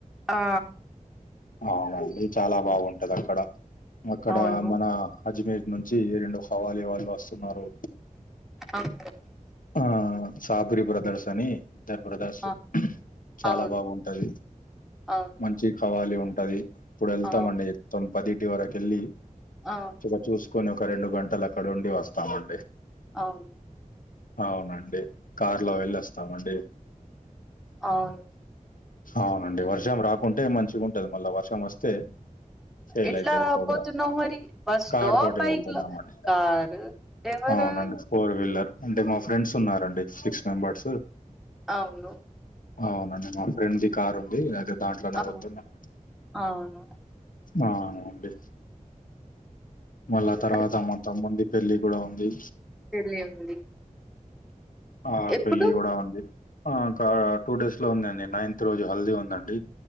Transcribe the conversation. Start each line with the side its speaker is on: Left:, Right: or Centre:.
Centre: ఆ
Left: అవునండి చాలా బాగుంటదక్కడ అక్కడ
Centre: అవును
Left: ఆ ఆ అజ్మేర్ నుంచి రెండు హవాలీ వాళ్ళు వస్తున్నరు.
Centre: అవ్
Left: ఆ చాపురి బ్రదర్సని ద్దరు బ్రదర్స్
Centre: ఆ,
Left: చాలా
Centre: అవును
Left: బాగుంటది
Centre: అవును
Left: మన్ చి కవాలీ ఉంటది. ఇప్పుడు ఎళ్తామండి
Centre: ఆ,
Left: తొమ్ పదిటి వరకు ఎళ్ళి
Centre: ఆ
Left: ఇగ చూసుకొని ఒక రెండు గంటలు అక్కడుండి వస్తామండి.
Centre: అవ్
Left: అవునండి కార్ లో వెళ్ళి వస్తామండి.
Centre: అవున్
Left: అవునండి వర్షం రాకుంటే మంచిగుంటది మళ్ళ వర్షమొస్తే ఫెయిల్
Centre: ఎట్లా
Left: అయితది ప్రోగ్రా
Centre: పోతున్నావు మరి బస్
Left: కార్
Centre: లో
Left: తోటే
Centre: బైక్
Left: వెళ్తునమండి.
Centre: లో కారు ఎవరు
Left: అవునండి. ఫోర్ వీలర్ అంటే మా ఫ్రెండ్స్ ఉన్నారండి సిక్స్ మెంబర్స్
Centre: అవును
Left: అవునండి. మా ఫ్రెండ్ ది కార్ ఉంది, అయితే దాంట్లోనే
Centre: అవును
Left: వెళ్తున్నాం.
Centre: అవును
Left: ఆ అండి మళ్ళ
Centre: ఇంకా
Left: తర్వాత మా తమ్మున్ది పెళ్లి కూడా ఉంది.
Centre: పెళ్లి ఉంది
Left: ఆ
Centre: ఎప్పుడు
Left: పెళ్ళి కూడా ఉంది. ఆ కా టూ డేస్ లో ఉందండి నైన్త్ రోజు హల్దీ ఉందండి.